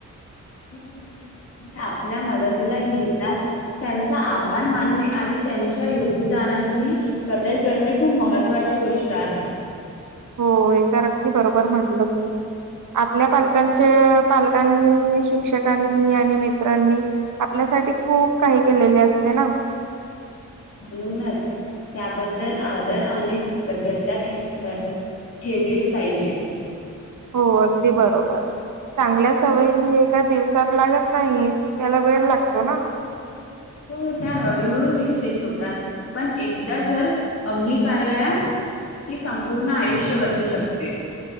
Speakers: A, on the left; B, on the right.
A: <inaudible> जी आपल्या मदतीला येतात त्यांचे आभार मानणे आणि त्यांच्या योग्य योगदानांनी कदर करणे खूप महत्त्वाची गोष्ट आहे
B: हो हे तर अगदी बरोबर म्हटलं तू आपल्या पालकांच्या पालकांनी शिक्षकांनी आणि मित्रांनी आपल्या साठी खूप काही केलेली असते ना
A: म्हणूनच त्याबद्दल आदर आणि कृतज्ञता ठ ठेवलेच पाहिजे
B: हो अगदी बरोबर चांगल्याच सवयी एका दिवसात लागत नाहीत त्याला वेळ लागतो ना
A: हो त्या हळूहळू विकसीत होतात पण एकदा जर अंगीकारला ही संपूर्ण आयुष्य बदलू शकते